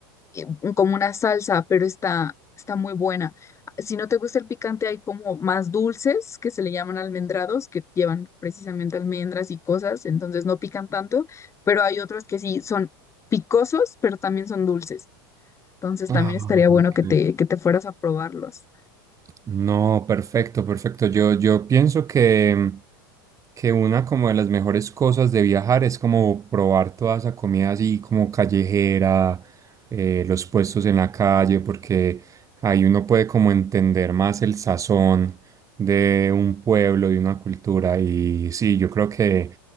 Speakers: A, on the left; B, on the right.
A: eh, como una salsa, pero está, está muy buena. Si no te gusta el picante, hay como más dulces que se le llaman almendrados, que llevan precisamente almendras y cosas, entonces no pican tanto, pero hay otros que sí son picosos, pero también son dulces. Entonces
B: Ah,
A: también estaría bueno
B: ok.
A: que te, que te fueras a probarlos.
B: No, perfecto, perfecto. Yo, yo pienso que que una como de las mejores cosas de viajar es como probar toda esa comida así como callejera, eh, los puestos en la calle, porque ahí uno puede como entender más el sazón de un pueblo, de una cultura. Y sí, yo creo que